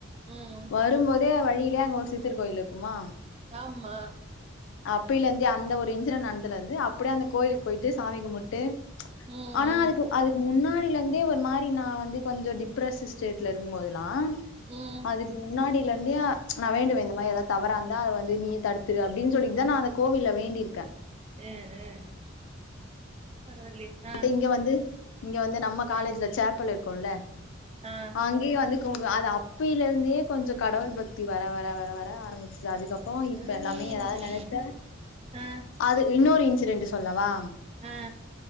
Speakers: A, on the right (about 30°); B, on the left (about 65°).
A: ம்
B: வரும்போதே வழி ஏ அங்க ஒரு சித்திர் கோயில் இருக்குமா
A: ஆமா
B: அப்பைலேந்தே அந்த ஒரு இன்சிடென்ட் நந் த்தலேந்து அப்டே அந்த கோயிலுக்கு போயிட்டு சாமி கும்முட்டு
A: ம்
B: ஆனா
A: ம்
B: அதுக்கு க்கு முன்னாடி லேந்தே ஒரு மாரி நா வந்து கொஞ்சோ டிப்ரஸ் ஸ்டேட்ல இருக்கும்போதெல்லா
A: ம்
B: அதுக் முன்னாடி லந்தே நா வேண்டுவே இந்த மாரி எதா தவறாந்தா அத வந்து நீ தடுத்துடு அப்டின் சொல்லிட் தா நா அத கோவில்ல வேண்டிருக்கே
A: ம் ம் பரவாயில்லியே ஆ
B: அத்து இங்க வந்து இங்க வந்து நம்ம காலேஜ்ல
A: ஆ
B: சேப்புல் இருக்குல்ல
A: ஆ
B: அங்கியு வந்து <unintelligible> அது அப்பைலேந்தே கொஞ்சோ கடவுள் பக்தி வர வர வர வர ஆரம்பிச்சிது அதுக்கப் இப்பவு இப்ப
A: ம்
B: எல்லாமே எதாது நெனச்ச
A: ஆ
B: அதுக் இன்னொரு இன்சிடென்ட்டு சொல்லவா
A: ஆ